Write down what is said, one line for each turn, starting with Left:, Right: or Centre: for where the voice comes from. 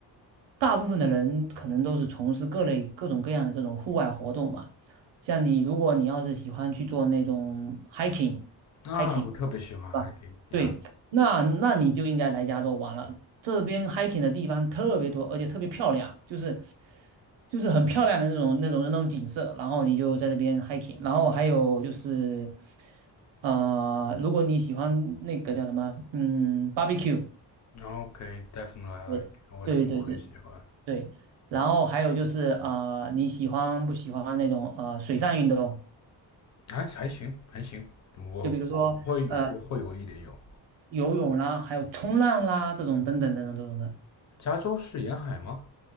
Right: 大部分的人可能都是从事各类各种各样的这种户外活动嘛。像你，如果你要是喜欢去做那种 hiking，hiking，
Left: 啊，我特别喜欢
Right: 对吧？
Left: h i k i
Right: 对，那那你就应该来加州玩了。这边 hiking 的地方特别多，而且特别漂亮，就是就是很漂亮的那种那种那种景色。然后你就在那边 hiking，然后还有就是，呃，如果你喜欢那个叫什么，嗯，barbecue，
Left: o k d e f i n i t e
Right: 对对对对
Left: l y 我喜我很喜欢，
Right: 对，然后还有就是呃，你喜欢不喜欢那种呃水上运动？
Left: 还还行还行，我我不会会会有一点有。
Right: 就比如说呃游泳啦，还有冲浪啦这种等等等等这种的。
Left: 加州是沿海吗？